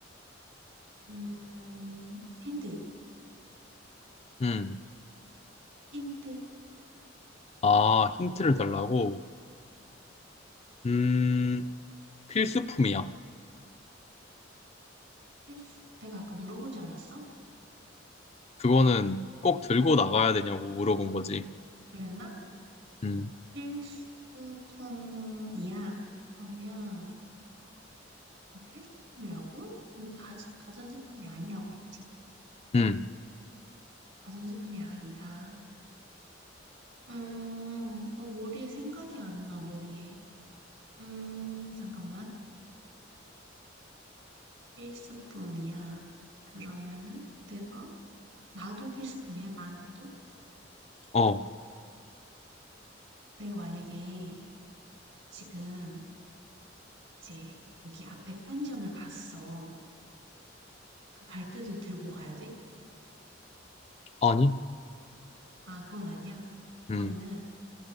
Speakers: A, on the right; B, on the left.
A: 음, 힌트,
B: 음,
A: 힌트.
B: 아, 힌트를 달라고? 음, 필수품이야.
A: 필수, 내가 아까 물어보지 않았어?
B: 그거는 꼭 들고 나가야 되냐고 물어본 거지.
A: 그랬나?
B: 음,
A: 필수품이야. 그러면, 아, 필수품이라고? 근데 가, 가전제품이 아니라고 했지.
B: 음,
A: 가전제품이 아니다. 음, 어, 머리에 생각이 안 나, 머리에. 음, 잠깐만. 필수품이야. 그러면은 내가 나도 필수품이야. 나한테도
B: 어,
A: 내가 만약에 지금 이제 여기 앞에 편의점을 갔어. 그 갈 때도 들고 가야 돼?
B: 아니?
A: 아, 그건 아니야.
B: 음,
A: 그러면은